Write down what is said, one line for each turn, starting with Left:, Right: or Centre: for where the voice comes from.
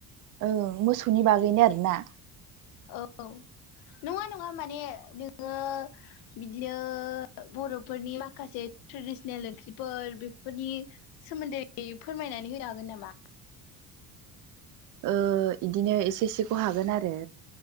Right: ओ मोसौनि बागैनो आरोना?
Left: औ नङा नङा माने नोङो बिदिनो बर'फोरनि माखासे ट्रेडिसनेल ओंख्रिफोर बेफोरनि सोमोन्दै फोरमायनानै होनो हागोन नामा?
Right: ओ इदिनो एसे एसेखौ हागोन आरो